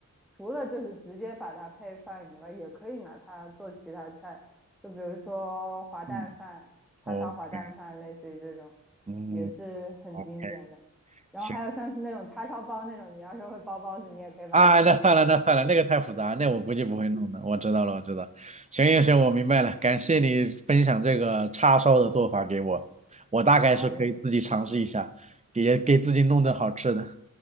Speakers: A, in the centre; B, on the right (about 20°).
A: 除了就是直接把它配饭以外，也可以拿它做其他菜，就比如说滑蛋饭、
B: 嗯
A: 叉烧滑蛋饭，
B: ，OK，
A: 类似于这种，
B: 嗯，
A: 也是很经典的。
B: 好，
A: 然后还有像是那种叉烧包那种，
B: 行。
A: 你要是会包包子，你也可以把叉烧包进去。
B: 啊，那算了，那算了，那个太复杂，那我估计不会弄的。我知道了，我知道。行行行，我明白了，感谢你分享这个叉烧的做法给我，我大概是可以自己尝试一下，
A: 好嘞，
B: 给给自己弄顿好吃的。